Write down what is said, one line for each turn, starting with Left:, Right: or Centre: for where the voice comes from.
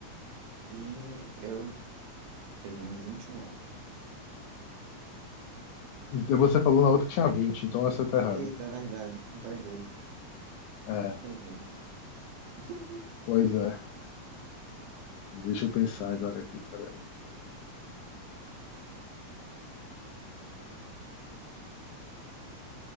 Right: E eu tenho 21 anos.
Left: Então você falou na outra que tinha 20, então essa tá errada.
Right: Eita, verdade. Entreguei.
Left: É,
Right: Entreguei. <laughs>
Left: pois é. Deixa eu pensar
Right: Pronto.
Left: agora aqui, peraí.